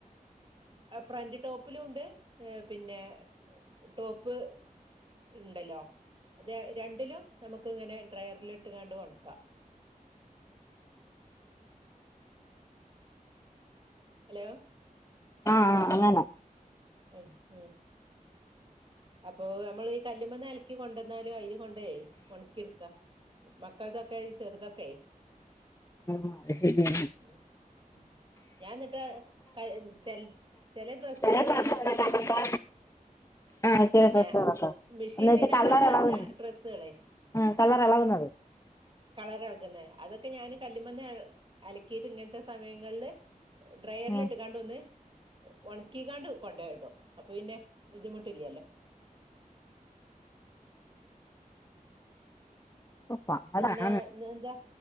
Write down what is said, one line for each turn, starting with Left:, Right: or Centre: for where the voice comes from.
Right: ആ ഫ്രണ്ട് ടോപ്പിലും ണ്ട് അ് പിന്നെ ടോപ്പ് ണ്ടല്ലോ തെ രണ്ടിലും നമുക്കിങ്ങനെ ഡ്രയറിലിട്ട് കണ്ട് ഉണക്കാ ഹലോ
Left: ആഹ് അങ്ങനെ
Right: ഉം ഉം അപ്പൊ നമ്മള് ഈ കല്ലുമ്മേന്ന് അലക്കി കൊണ്ടന്നാലും അയ്ല് കൊണ്ടെ ഉണക്കിടുക്കാ മക്കൾതൊക്കെ ചെറുതൊക്കെ
Left: ഉം അത് ശെരിയാണെ
Right: ഉം ഉം ഞാൻന്നട്ട് ച ചെലെ ഡ്രസ്സ്ണ്ടല്ലേ
Left: ചില ഡ്രസ്സുകളൊക്കെ
Right: ഞമ്മക്ക്
Left: ആ ചില
Right: പിന്നെ
Left: ഡ്രസ്സുകളൊക്കെ
Right: മിഷീനിലിടാൻ
Left: എന്ന് വെച്ചാ കളർ
Right: പറ്റാത്ത
Left: ഇളകുന്നത്
Right: ഡ്രെസ്സുകളെ
Left: ആ കളർ ഇളകുന്നത്
Right: കളറെളകുന്നെ അതൊക്കെ ഞാന് കല്ല്മന്ന് അലക്കിയിട്ട് ഇങ്ങനത്തെ സമയങ്ങളില് ഡ്രയറിൽ
Left: ആ
Right: ഇട്ട്കാണ്ട് ഒന്ന് ഉണക്കിക്കാണ്ട് കൊണ്ടയ്ടും അപ്പോപിന്നെ ബുദ്ധിമുട്ടില്ലല്ലോ
Left: പ്പാടാണ്
Right: പിന്നെ എന്താ